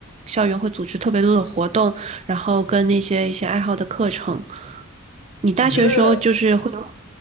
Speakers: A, on the right (about 30°); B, on the left (about 65°).
A: 校园会组织特别多的活动，然后跟那些一些爱好的课程。你大学的时候就是会有
B: 你觉得